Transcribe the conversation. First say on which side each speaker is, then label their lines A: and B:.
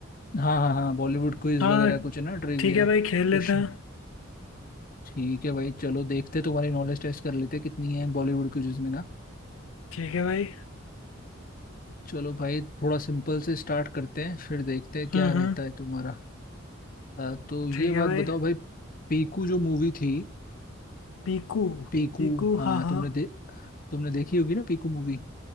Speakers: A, on the left (about 45°); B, on the left (about 85°).
A: हाँ हाँ हाँ बॉलीवुड क्विज
B: हाँ
A: वगैरह कुछ है ना ट्रिविया
B: ठीक है भाई खेल
A: क्वेश्चन
B: लेते हैं
A: ठीक है भाई चलो देखते तुम्हारी नॉलेज टेस्ट कर लेते कितनी है बॉलीवुड क्विज में ना
B: ठीक है भाई
A: चलो भाई थोड़ा सिंपल से स्टार्ट करते हैं फिर देखते हैं क्या
B: हम्म
A: रहता
B: हम्म
A: है तुम्हारा अ, तो ये
B: ठीक
A: बात
B: है भाई
A: बताओ भाई पीकू जो मूवी थी
B: पीकू
A: पीकू
B: पीकू
A: हाँ
B: हाँ
A: तुमने
B: हाँ
A: दे, तुमने देखी होगी ना पीकू मूवी